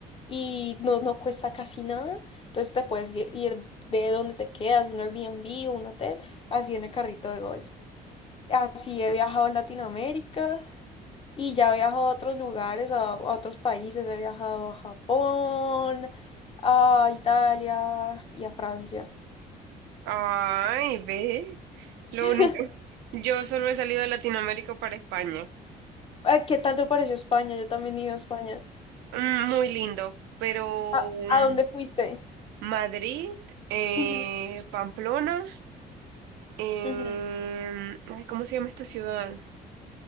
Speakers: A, on the left (about 30°); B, on the right (about 85°).
A: y no, no cuesta casi nada. Entonces te puedes di- ir de donde te quedas, un Airbnb o un hotel, así en el carrito de golf. Así he viajado en Latinoamérica. Y ya he viajado a otros lugares, a, a otros países, he viajado a Japón, a Italia y a Francia.
B: Ay, ve. Lo
A: <laughs>
B: único. <laughs> Yo solo he salido de Latinoamérica para España.
A: Ah, ¿Qué tal te pareció España? Yo también he ido a España.
B: Mm, Muy lindo, pero
A: ¿A, a
B: mm,
A: dónde fuiste?
B: Madrid, eh,
A: Ujú,
B: Pamplona, em,
A: ujú,
B: ay, ¿cómo se llama esta ciudad?